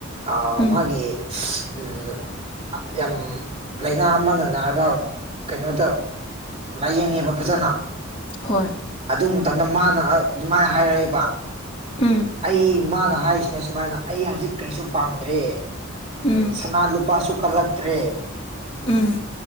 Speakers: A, on the right; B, on the left.
A: ꯑ
B: ꯎꯝ
A: ꯃꯥꯒꯤ ꯎꯝ ꯌꯥꯝ ꯂꯥꯏꯅꯥ ꯑꯃꯅ ꯅꯥꯔꯒ ꯀꯩꯅꯣꯗ ꯂꯥꯏꯌꯦꯡꯉꯦꯕ ꯐꯖꯅ
B: ꯍꯣꯏ
A: ꯑꯗꯨ ꯃꯇꯝꯗ ꯃꯥꯅ ꯑꯗꯨꯃꯥꯏꯅ ꯍꯥꯏꯔꯛꯑꯦꯕ
B: ꯎꯝ
A: ꯑꯩ ꯃꯥꯅ ꯍꯥꯏꯔꯤꯁꯤꯅꯦ ꯁꯨꯃꯥꯏꯅ ꯑꯩ ꯍꯧꯖꯤꯛ ꯀꯔꯤꯁꯨ ꯄꯥꯝꯗ꯭ꯔꯦ
B: ꯎꯝ
A: ꯎ ꯁꯅꯥ ꯂꯨꯄꯥꯁꯨ ꯀꯠꯂꯛꯇ꯭ꯔꯦ
B: ꯎꯝ